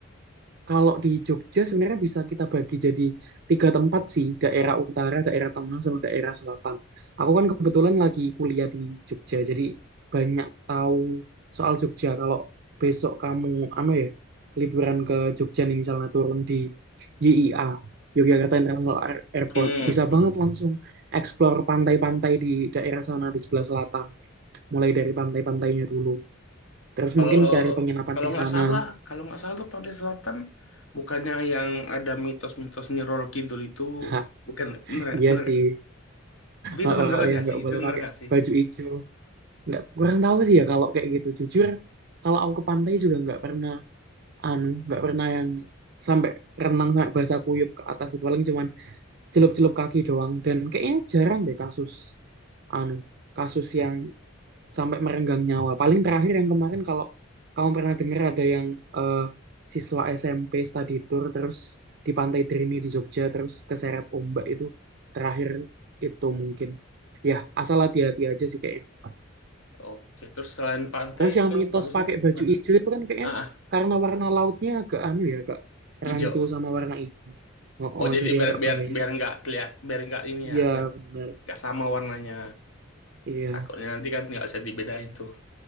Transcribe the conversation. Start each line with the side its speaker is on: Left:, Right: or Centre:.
Right: Kalau di Jogja sebenarnya bisa kita bagi jadi tiga tempat sih, daerah utara, daerah tengah, sama daerah selatan. Aku kan kebetulan lagi kuliah di Jogja, jadi banyak tahu soal Jogja. Kalau besok kamu, anu ya, liburan ke Jogja nih misalnya turun di YIA, Yogyakarta International Air- Airport,
Left: Hmm.
Right: bisa banget langsung explore pantai-pantai di daerah sana di sebelah selatan, mulai dari pantai-pantainya dulu. Terus
Left: Kalau
Right: mungkin cari penginapan
Left: kalau
Right: di
Left: nggak
Right: sana.
Left: salah, kalau nggak salah tuh Pantai Selatan bukannya yang ada mitos-mitos Nyi Roro Kidul itu
Right: <laughs>
Left: bukan bener nggak?
Right: Iya
Left: Bener nggak?
Right: sih.
Left: Tapi itu
Right: Eh,
Left: beneran
Right: eh, eh,
Left: nggak
Right: yang nggak
Left: sih? Itu
Right: boleh
Left: bener
Right: pakai
Left: nggak sih?
Right: baju hijau nggak kurang tahu sih ya kalau kayak gitu jujur kalau aku ke pantai juga nggak pernah anu nggak pernah yang sampai renang sampai basah kuyup ke atas gitu paling cuman celup-celup kaki doang dan kayaknya jarang deh kasus anu kasus yang sampai merenggang nyawa. Paling terakhir yang kemarin kalau kamu pernah dengar ada yang eh, siswa SMP study tour terus di Pantai Drini di Jogja terus keseret ombak itu terakhir itu mungkin. Ya, asal hati-hati aja sih kayaknya.
Left: Oke, terus selain pantai
Right: Terus
Left: itu
Right: yang mitos
Left: bagusnya
Right: pakai
Left: kita
Right: baju
Left: kemana?
Right: hijau itu kan kayaknya
Left: Ah,
Right: karena warna lautnya agak anu ya, agak
Left: ijo.
Right: rancu sama warna hijau. Oh, oh,
Left: Oh jadi
Right: jadi
Left: biar
Right: agak
Left: biar
Right: bahaya.
Left: biar nggak keliat biar nggak ini
Right: Iya,
Left: ya biar
Right: bener.
Left: nggak sama warnanya.
Right: Iya.
Left: Takutnya nanti kan nggak bisa dibedain tuh